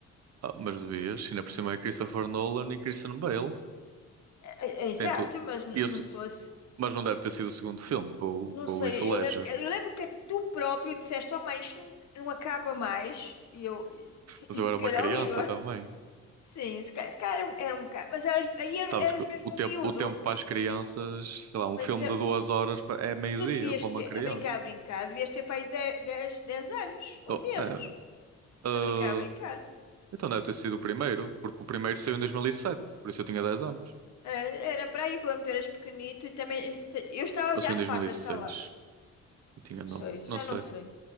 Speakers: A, on the right; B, on the left.
A: Ah, mas devias, ainda por cima é Christopher Nolan e Christian Bale.
B: É- é é Exato,
A: Tem tudo.
B: mas n-
A: isso
B: não sou assim.
A: mas não deve ter sido o segundo filme com,
B: Não
A: o- com
B: sei,
A: o Heath Ledger.
B: eu lembro, eu lembro que tu próprio disseste, oh mãe, isto não, não acaba mais. E eu, <laughs> e
A: Mas
B: eu
A: eu
B: fiquei
A: era uma
B: olhar
A: criança
B: o Igor.
A: também.
B: Sim, se calhar, se calhar era um era um bocado. Mas eras, aí era-
A: Sabes
B: eras
A: que
B: mesmo
A: o tempo,
B: um miúdo.
A: o tempo para as crianças, sei lá, um
B: Mas
A: filme
B: eh,
A: de duas horas pa- é meio-dia
B: tu devias
A: para uma
B: ter,
A: criança.
B: a brincar, a brincar, devias ter para aí dez dez anos
A: Oh,
B: ou menos,
A: é, ah,
B: a brincar, a brincar.
A: então deve ter sido o primeiro, porque o primeiro
B: Se-
A: saiu em 2007, por isso eu tinha 10 anos.
B: é, era para aí que o Lampião era pequenito e também. te- Eu estava
A: Ou
B: já
A: saiu em
B: farta
A: 2006
B: de estar lá.
A: e seis e tinha
B: Não
A: 9
B: sei, já
A: não sei.
B: não sei.